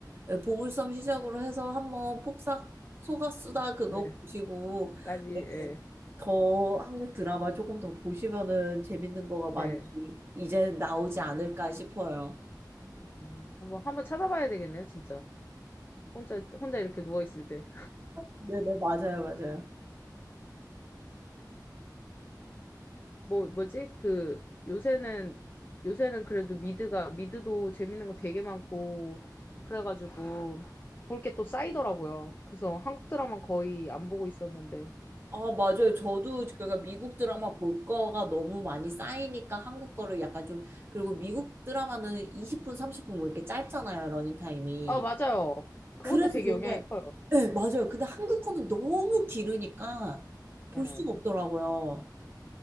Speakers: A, on the right; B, on the left.
A: 예, 보물섬 시작으로 해서 한번 폭삭 속아수다 그거
B: 네까지
A: 보시고
B: 예.
A: 예, 더 한국 드라마 조금 더 보시면은 재밌는 거가 많이
B: 네.
A: 이제 나오지
B: 음,
A: 않을까 싶어요.
B: 음, 한번 한번 찾아봐야 되겠네요, 진짜. 혼자 혼자 이렇게 누워 있을 때.
A: 네네, 맞아요, 맞아요.
B: 뭐 뭐지? 그 요새는 요새는 그래도 미드가 미드도 재밌는 거 되게 많고 그래가지고 볼 게 또 쌓이더라고요. 그래서 한국 드라마 거의 안 보고 있었는데.
A: 아, 맞아요. 저도 그러니까 미국 드라마 볼 거가 너무 많이 쌓이니까 한국 거를 약간 좀, 그리고 미국 드라마는 20분, 30분 뭐 이렇게 짧잖아요, 러닝타임이.
B: 아, 맞아요. 그것도
A: 그래서
B: 되게
A: 좋은데,
B: 영향이 커요.
A: 네, 맞아요. 근데 한국 거는 너무 길으니까 볼
B: 예.
A: 수가 없더라고요.